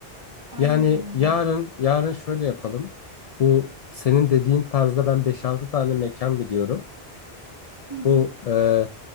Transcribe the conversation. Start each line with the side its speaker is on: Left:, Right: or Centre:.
Right: Aynen
Left: Yani
Right: öyle.
Left: yarın yarın şöyle yapalım. Bu senin dediğin tarzda ben beş altı tane mekan biliyorum.
Right: Hı hı.
Left: Bu e,